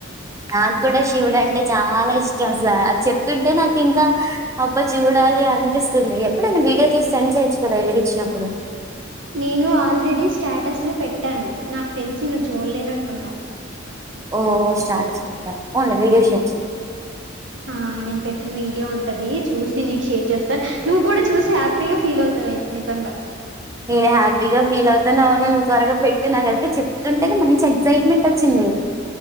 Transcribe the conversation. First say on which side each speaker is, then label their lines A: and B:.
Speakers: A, on the right; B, on the right.
A: నాకు కూడా శివుడు అంటే చాలా ఇష్ టం అసలు అది చెప్తుంటే నాకు ఇంకా అబ్బా చూడాలి అనిపిస్తుంది ఎప్పుడైను వీడియో తీస్తాను. యచ్చు కదా ఎలుగు ఇచ్చినప్పుడు
B: నేను ఆల్రెడీ స్టేటస్‌లో పెట్టాను నాకు తెలిసి నువ్వు చూడలేనట్టున్నావు
A: ఓ స్టార్ట్ చేద్దాము అల్ వీడియో షాట్
B: ఆ నేను పెట్టిన వీడియో ఉంటది చూసి నీకు షేర్ చేస్తా, నువ్వు కూడా చూసి హ్యాపీగా ఫీల్ అవు. తవే నిజంగా
A: నేను హ్యాపీగా ఫీల్ అవుతా ఉవున్నా నువ్వు త్వరగా పెట్టి నాకెళ్తే చెప్తుంటేనే మంచి ఎగ్సైట్మెంట్ వచ్చింది